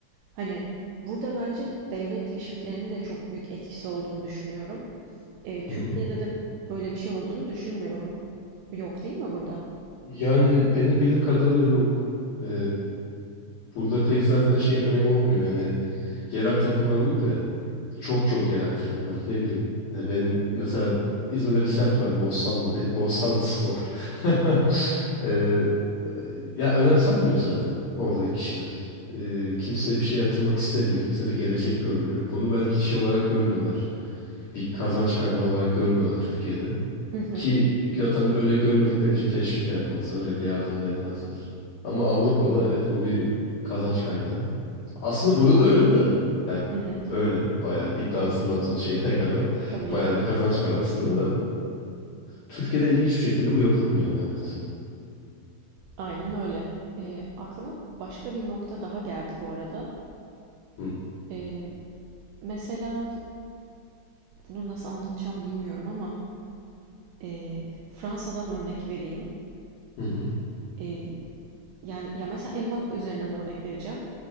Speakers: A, on the right; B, on the left.
A: Hani burada bence devlet teşviklerinin de çok büyük etkisi olduğunu düşünüyorum. E, Türkiye'de
B: Hı hı.
A: de böyle bir şey olduğunu düşünmüyorum. Yok değil mi burada?
B: Yani benim bildiğim kadarıyla yok. E, burada pek zaten şeyin önemi olmuyor. Hani yerel takımlar olur ya. Çok çok yerel takımlar. Ne bileyim. e, Benim mesela İzmir'de bir semt var. Bostanlı diye. Bostanlı Spor. <laughs> Ee, ya önemsenmiyor zaten oradaki kişiler. Ee, kimse bir şey yatırmak istemiyor. Kimse bir gelecek görmüyor. Bunu belki şey olarak görmüyorlar. Bir kazanç kaynağı olarak görmüyorlar Türkiye'de.
A: <laughs>
B: Ki zaten öyle görmedikleri için teşvik de yapmazlar ya da yardım da etmezler. Ama Avrupa'da evet bu bir kazanç kaynağı. Aslında burada da öyle de. Hep
A: Hı hı.
B: öyle bayağı iddiasından tut şeyine kadar. <laughs>
A: Tabii canım.
B: Bayağı bir kazanç var aslında da. Türkiye'de ilginç bir şekilde bu yapılmıyor ama evet.
A: Aynen öyle. Ee, aklıma başka bir nokta daha geldi bu arada.
B: Hı
A: Ee, mesela bunu nasıl anlatacağım bilmiyorum ama ee, Fransa'dan örnek vereyim.
B: hı. hı.
A: Ee, yani ya mesela Mbappe üzerinden örnek vereceğim.